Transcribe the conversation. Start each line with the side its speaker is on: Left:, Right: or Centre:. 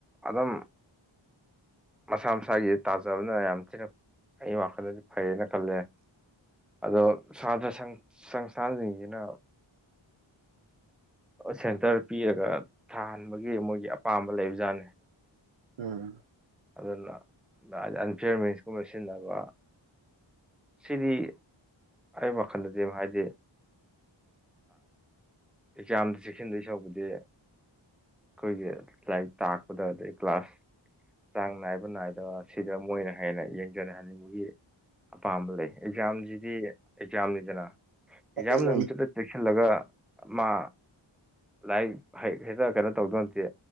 Centre: ꯑꯗꯨꯝ ꯃꯁꯥ ꯃꯁꯥꯒꯤ ꯇꯥꯖꯕꯅ ꯌꯥꯝ ꯊꯤꯅ ꯑꯩ ꯋꯥꯈꯜꯗꯗꯤ ꯐꯩꯌꯦꯅ ꯈꯜꯂꯦ ꯑꯗꯣ ꯁꯥꯇ꯭ꯔ ꯁꯪꯁꯊꯥꯟꯁꯤꯡꯁꯤꯅ ꯁꯦꯟꯇꯔ ꯄꯤꯔꯒ ꯊꯥꯍꯟꯕꯒꯤ ꯃꯣꯏꯒꯤ ꯑꯄꯥꯝꯕ ꯂꯩꯕ ꯖꯥꯠꯅꯦ
Right: ꯎꯝ
Centre: ꯑꯗꯨꯅ ꯍꯥꯏꯗꯤ ꯑꯟꯐꯤꯌꯔ ꯃꯤꯟꯁꯀꯨꯝꯕ ꯁꯤꯖꯤꯟꯅꯕ ꯁꯤꯗꯤ ꯑꯩ ꯋꯥꯈꯜꯗꯗꯤ ꯍꯥꯏꯗꯤ ꯑꯦꯛꯖꯥꯝꯗ ꯆꯦꯛꯁꯤꯟꯗꯣꯏ ꯁꯔꯨꯛꯄꯨꯗꯤ ꯑꯩꯈꯣꯏꯒꯤ ꯂꯥꯏꯔꯤꯛ ꯇꯥꯛꯄꯗ ꯑꯗꯩ ꯀ꯭ꯂꯥꯁ ꯆꯥꯡ ꯅꯥꯏꯕ ꯅꯥꯏꯗꯕ ꯁꯤꯗ ꯃꯣꯏꯅ ꯍꯦꯟꯅ ꯌꯦꯡꯖꯥꯟꯍꯟꯅꯤꯡꯕꯒꯤ ꯑꯄꯥꯝꯕ ꯂꯩ ꯑꯦꯛꯖꯥꯝꯁꯤꯗꯤ ꯑꯦꯛꯖꯥꯝꯅꯤꯗꯅ ꯑꯦꯛꯖꯥꯝ
Right: ꯃꯥꯅꯦ ꯃꯥꯅꯦ
Centre: ꯅꯨꯃꯤꯠꯇꯨꯗ ꯆꯦꯛꯁꯤꯜꯂꯒ ꯃꯥ ꯂꯥꯏꯔꯤꯛ ꯍ ꯍꯦꯛꯇ ꯀꯩꯅꯣ ꯇꯧꯗꯧ ꯅꯠꯇꯦ